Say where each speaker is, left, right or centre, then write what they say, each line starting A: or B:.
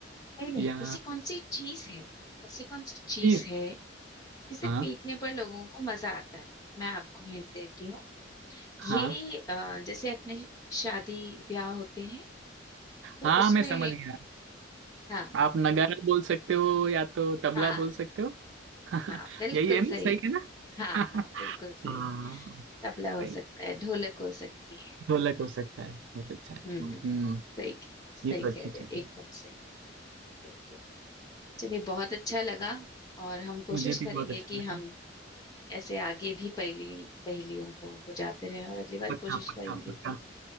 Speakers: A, on the left; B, on the right.
A: नहीं नहीं
B: या
A: ऐसी कौन सी चीज है ऐसी कौन सी चीज
B: इस
A: है जिसे
B: हाँ
A: पीटने पर लोगों को मजा आता है मैं आपको हिंट देती हूँ
B: हाँ
A: ये अ, जैसे अपने शादी ब्याह होते हैं तो
B: हाँ
A: उसमें
B: मैं समझ गया
A: हाँ
B: आप नगाड़ा बोल सकते हो या तो तबला
A: हाँ
B: बोल सकते हो <laughs>
A: हाँ बिल्कुल
B: यही है ना
A: सही
B: सही है ना
A: हाँ
B: <laughs>
A: हाँ बिल्कुल सही
B: हाँ
A: तबला हो
B: सही
A: सकता है ढोलक हो सकती है
B: ढोलक हो सकता है बहुत अच्छा है
A: हम्म
B: हम्म
A: सही सही
B: ये तो अच्छी
A: कह रहे
B: चीज
A: हो
B: है
A: एकदम सही बिल्कुल चलिए बहुत अच्छा लगा और हम कोशिश
B: मुझे भी
A: करेंगे
B: बहुत अच्छा
A: कि
B: लगा
A: हम ऐसे आगे भी पहेली पहेलियों को बुझाते रहें और अगली बार
B: पक्का
A: कोशिश
B: पक्का
A: करेंगे
B: पक्का
A: कि